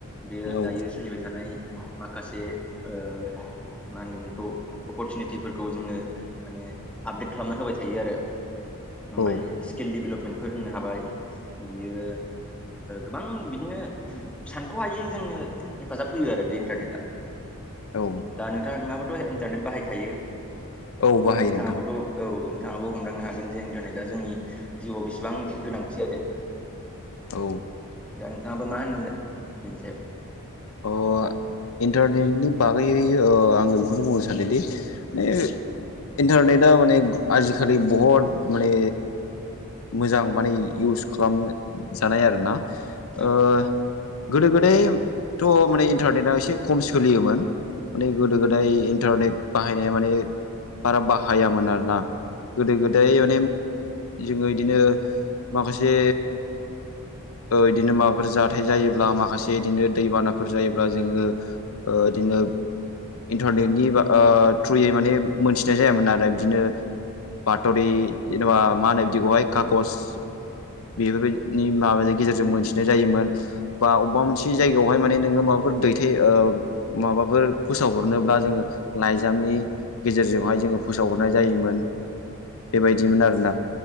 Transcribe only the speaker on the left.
औ
औ
औ
औ बाहायो
नोंथां
औ
अ इन्टारनेटनि बागैै आङो बेखौनो बुंनो सानोदि ओ इन्टारनेटआ माने आजिखालि बहुद माने मोजां माने इउस खालाम जानाय आरोना।
ओ गोदो गोदायथ' माने इन्टारनेटआ एसे खम सोलियोमोन। माने गोदो गोदाय इन्टारनेट बाहायनाया माने बारा बाहायामोन आरोना। गोदो गोदाय माने जोङो इदिनो माखासे ओ इदिनो माबाफोर जाथाय जायोब्ला माखासे इदिनो दैबानाफोर जायोब्ला जोङो ओ इदिनो इन्टारनेटनि बा ओ थ्रुयै माने मोनथिनाय जायामोन आरो। बिदिनो बात'रि जेन'बा मा होनो बिदिखौहाय खागज बेफोरबायदिनि माबानि गेजेरजों मोनथिनाय जायोमोन बा अबेबा मोनसे जायगायावहाय माने नोङो माबाफोर दैथाय ओ माबाफोर फोसावहरनोब्ला जोङो लाइजामनि गेजेरजोंहाय जोङो फोसाव हरनाय जायोमोन। बेबायदिमोन आरोना